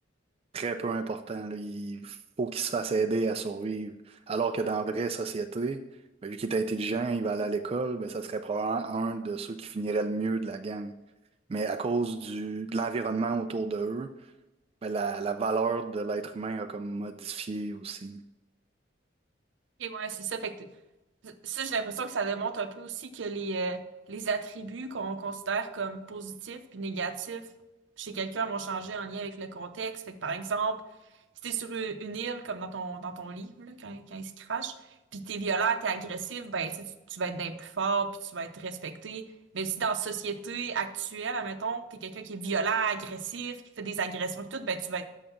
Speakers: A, on the right (about 30°); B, on the right (about 75°).
A: très peu important. là. Il faut qu'il se fasse aider à survivre. Alors que dans la vraie société, ben, vu qu'il est intelligent, il va aller à l'école, ben, ça serait probablement un de ceux qui finirait le mieux de la gang. Mais à cause du, de l'environnement autour de eux, ben, la, la valeur de l'être humain a comme modifié aussi.
B: Et ouais, c'est ça. Fait que Ça, j'ai l'impression que ça démontre un peu aussi que les, euh, les attributs qu'on considère comme positifs puis négatifs chez quelqu'un vont changer en lien avec le contexte. Fait que, par exemple, si t'es sur u- une île, comme dans ton, dans ton livre, là, quand, quand il se crache, puis t'es violent, t'es agressif, ben, tu, sais, tu tu vas être d'un plus fort, puis tu vas être respecté. Mais si dans la société actuelle, admettons, t'es quelqu'un qui est violent, agressif, qui fait des agressions et tout, ben, tu vas être